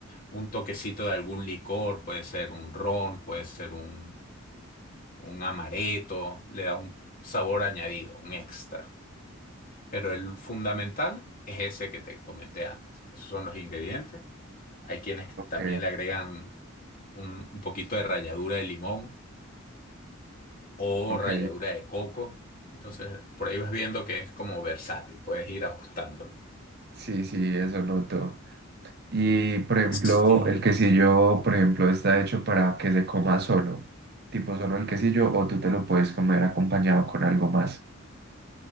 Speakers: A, on the left (about 40°); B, on the right (about 50°).
A: un toquecito de algún licor, puede ser un ron, puede ser un, un amaretto, le da un sabor añadido, un extra. Pero el fundamental es ese que te comenté antes. Esos son los ingredientes. Hay quienes
B: ok,
A: también le agregan un, un poquito de ralladura de limón o
B: ok.
A: ralladura de coco. Entonces, por ahí vas viendo que es como versátil, puedes ir ajustándolo.
B: Sí, sí, eso noto. Y por ejemplo,
A: Sí.
B: el quesillo, por ejemplo, está hecho para que se coma solo, tipo solo el quesillo, o tú te lo puedes comer acompañado con algo más.